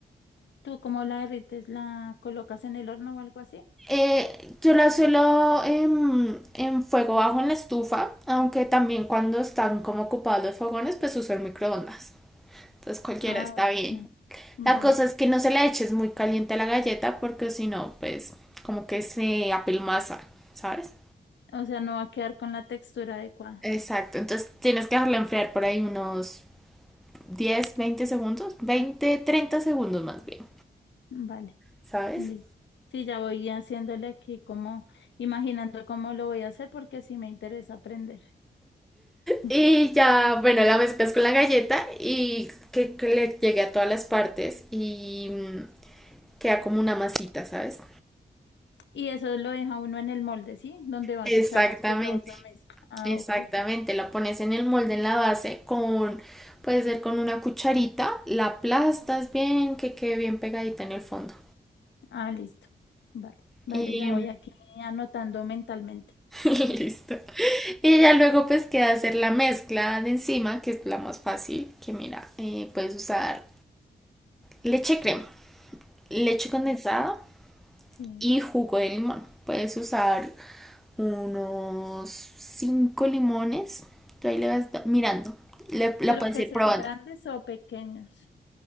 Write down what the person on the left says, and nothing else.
¿Tú cómo la derrites? ¿La colocas en el horno o algo así?
Ah,
ok,
vale.
O sea, no va a quedar con la textura adecuada.
Vale,
listo. Sí, ya voy haciéndole aquí como, imaginando cómo lo voy a hacer porque sí me interesa aprender. <laughs>
Y eso lo deja uno en el molde, ¿sí? Donde vas
a echar después la otra mezcla. Ah,
ok.
Ah, listo. Vale, vale,
ya voy aquí anotando mentalmente.
Vale. Sí,
pero
que
sean
grandes o pequeños.